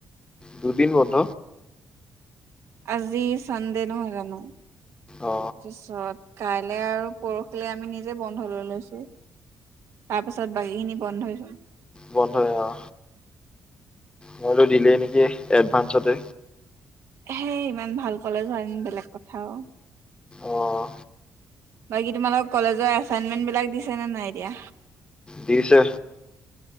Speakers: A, on the left; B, on the right.
A: দুদিন বন্ধ
B: আজি চান দে নহয় জানো
A: অ
B: তা পিছত কাইলে আৰু পৰহিলে আমি নিজে বন্ধ লৈ লৈছো। তাৰ পিছত বাকী খিনি বন্ধ হৈ যাব।
A: বন্ধ এ অ মই দিলেই নেকি এডভা্নসতে
B: হেই ইমান ভাল কলেজ হোৱা হেন বেলেগ কথাও
A: অঁ
B: বাকী তোমালোক কলেজৰ এচাইনমেন্ট বিলাক দিছে নে নাই দিয়া
A: দিচে